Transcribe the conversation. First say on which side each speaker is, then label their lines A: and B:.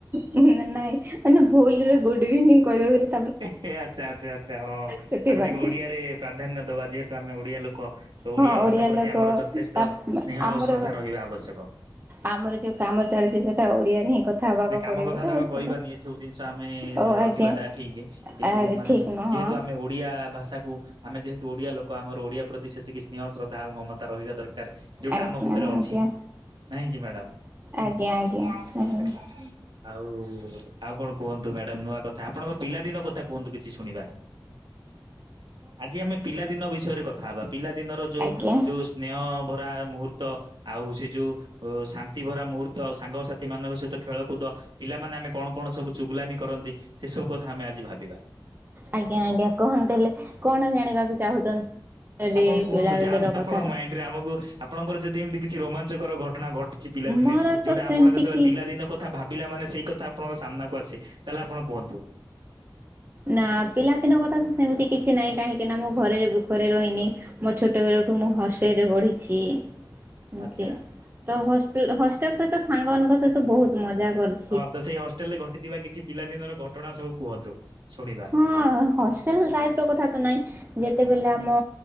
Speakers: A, on the right (about 25°); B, on the right (about 75°).
A: ହୁଁ ନା ନାଇଁ ମାନେ ଭୁଲରେ ଗୁଡ୍ ଇଭିନିଂ କହିଦେ ବୋଲି,
B: ଏହେ ଆଚ୍ଛା-ଆଚ୍ଛା-ଆଚ୍ଛା ହଁ
A: ସେଥିପାଇଁ
B: ଆମେ ଟିକେ ଓଡ଼ିଆ ରେ ପ୍ରାଧାନ୍ୟ ଦବା ଯେହେତୁ ଆମେ ଓଡିଆ ଲୋକ, ତ ଓଡ଼ିଆ
A: ହଁ
B: ଭାଷା
A: ଓଡିଆ
B: ପ୍ରତି
A: ଲୋକ
B: ଆମର ଯଥେଷ୍ଟ
A: ତା
B: ସ୍ନେହ
A: ଆମର
B: ଆଉ ଶ୍ରଦ୍ଧା ରହିବା ଆବଶ୍ୟକ,
A: ଆମର ଯୋଉ କାମ ଚାଲିଛି ସେଟା ଓଡିଆରେ ହିଁ କଥା ହେବାକୁ
B: ନା କାମ
A: ପଡ଼ିବ
B: କଥା
A: ତ
B: ଆମେ କହିବାନି
A: ସେଟା,
B: ଏ ସବୁ ଜିନିଷ ଆମେ
A: ଓ
B: ରଖିବାଟା
A: ଆଜ୍ଞା
B: ଠିକ୍ କିନ୍ତୁ
A: ଆ
B: ମାନେ
A: ଠିକ ନୁହଁ
B: ଯେହେତୁ ଆମେ, ଓଡ଼ିଆ ଭାଷାକୁ ଆମେ ଯେହେତୁ ଓଡ଼ିଆ ଲୋକ ଆମର ଓଡ଼ିଆ ପ୍ରତି ସେତିକି ସ୍ନେହ ଶ୍ରଦ୍ଧା ଆଉ ମମତା ରହିବା ଦର କାର୍ ଯୋଉଟା
A: ଆଜ୍ଞା
B: ଆମ ଭିତରେ ଅଛି,
A: ଆଜ୍ଞା।
B: ନାଇଁ କି ମ୍ୟାଡ଼ାମର ହୁଁ ଆଜ୍ଞା-ଆଜ୍ଞା,
A: ଆଜ୍ଞା ଆଜ୍ଞା ଆଜ୍ଞା
B: ଆଉ-ଆଉ କଣ କୁହନ୍ତୁ ମ୍ୟାଡାମ୍ ନୂଆ କଥା ଆପଣଙ୍କ ପିଲାଦିନ କଥା କୁହନ୍ତୁ କିଛି ଶୁଣିବା? ଆଜି ଆମେ ପିଲାଦିନ ବିଷୟରେ କଥା ହବା ପିଲାଦିନର ଯୋଉ-ଯୋଉ
A: ଆଜ୍ଞା
B: ସ୍ ସ୍ନେହ ଭରା ମୁହୂର୍ତ୍ତ ଆଉ ସେ ଯୋଉ ଉଁ ଶାନ୍ତି ଭରା ମୁହୂର୍ତ୍ତ ଆଉ ସାଙ୍ଗସଥି, ସାଥି ମାନଙ୍କ ସହିତ ଖେଳକୁଦ ପିଲାମାନେ ଆମେ କଣ-କଣ ସବୁ ଚୁଗୁଲାମି କରନ୍ତି ସେସବୁ କଥା ଆମେ ଆଜି ଭାବ୍ ବା,
A: ଆଜ୍ଞା-ଆଜ୍ଞା କହନ୍ତୁ ହେଲେ କଣ ଜାଣିବାକୁ ଚାହୁଁଛନ୍ତି? ରେ
B: ଆପଣ କୁହନ୍ତୁ
A: ପିଲାବେଳର
B: ଯାହାବି ଆପଣଙ୍କ
A: କଥା
B: ମାଇଣ୍ଡ ରେ ଆମକୁ ଆପଣଙ୍କର ଯଦି ଏମିତି କିଛି ରୋମାଞ୍ଚକର ଘଟଣା ଘଟିଛି ପିଲାଦିନେ,
A: ମୋର ତ
B: ଯୋଉଟା
A: ସେମିତି
B: ଆପଣ ଯେତେବେଳେ
A: କି
B: ପିଲାଦିନ କଥା ଭାବିଲା ମାନେ ସେଇ କଥା ଆପଣଙ୍କ ସାମ୍ନାକୁ ଆସେ ତାହେଲେ ଆପଣ କୁହନ୍ତୁ,
A: ନା ପିଲାଦିନଙ୍କ କଥା ତ ସେମିତି କିଛି ନାହିଁ କାହିଁକି ନା ମୁଁ ଘରେ ଭୁଃଖରେ ରହିନି, ମୋ ଛୋଟବେଳଠୁ ମୁଁ ହସେଇରେ ବଢ଼ିଛି, ହୁଁ
B: ଆଚ୍ଛା
A: ଏ ତ ହଷ୍ଟେଲ-ହ‌ଷ୍ଟେଲ ସହିତ ସାଙ୍ଗମାନାନଙ୍କ ସହିତ ବହୁତ୍ ମଜା କର୍
B: ହଁ ତ ସେଇ ହଷ୍ଟେଲ ରେ ଘଟିଥିବା କିଛି ପିଲାଦିନର ଘଟଣା ସବୁ କୁହନ୍ତୁ ଶୁଣିବା?
A: ହଁ ହଷ୍ଟେଲ ଲାଇ ର କଥା ତ ନହିଁ ଯେତେବେଳେ ଆମ